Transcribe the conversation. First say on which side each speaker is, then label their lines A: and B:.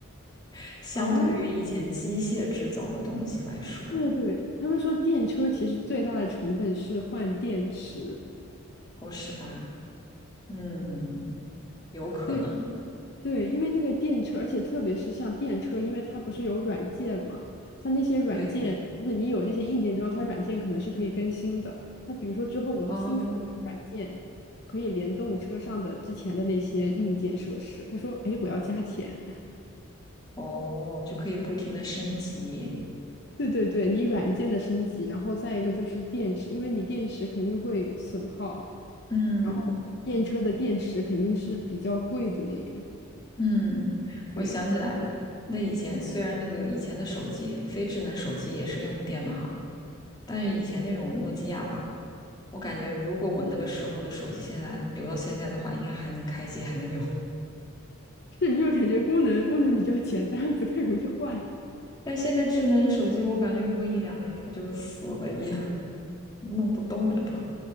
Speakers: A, on the left; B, on the left.
A: <laughs> 相对于以前机械制造的东西来说，
B: 哦，对对，他们说电车其实最大的成本是换电池。
A: 哦，是吧？嗯，有可能，
B: 对对，因为那个电车，而且特别是像电车，因为它不是有软件嘛，它那些软件就是你有那些硬件之后，
A: 对，
B: 它软件可能是可以更新的。它比如说之后我新出了一个软件，
A: 哦
B: 可以联动车上的之前的那些硬件设施。他说，哎，我要加钱。<laughs>
A: 哦，就可以不停的升级，
B: 对对对，你软件的升级，然后再一个就是电池，因为你电池肯定会损耗。
A: 嗯
B: 然后电车的电池肯定是比较贵的那种，
A: 嗯，我想起来，
B: 对，
A: 那以前虽然那个以前的手机，非智能手机也是用电的哈，但是以前那种诺基亚吧。我感觉如果我那个时候的手机现在留到现在的话，应该还能开机，还能用。
B: 是因为感觉功能功能比较简单，不太容易坏。
A: 但现在智能手机，我感觉用个一两年它就死了一样，<laughs> 弄不动了都。